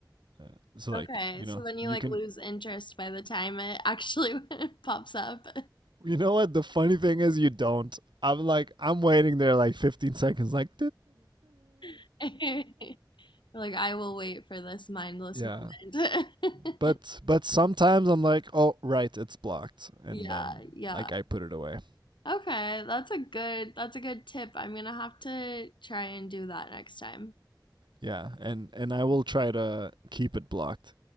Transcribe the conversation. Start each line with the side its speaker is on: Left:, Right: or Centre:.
Right: Uh, so like,
Left: Okay,
Right: you
Left: so
Right: know,
Left: then you
Right: you
Left: like
Right: can
Left: lose interest by the time it actually <laughs> pops up.
Right: you know what the funny thing is you don't. I'm like I'm waiting there like 15 seconds like
Left: <laughs> You're Like, I will wait for this mindless
Right: yeah.
Left: moment. <laughs>
Right: But but sometimes I'm like, "Oh, right, it's blocked." And
Left: Yeah,
Right: then
Left: yeah.
Right: like I put it away.
Left: Okay, that's a good that's a good tip. I'm gonna have to try and do that next time.
Right: Yeah, and and I will try to keep it blocked.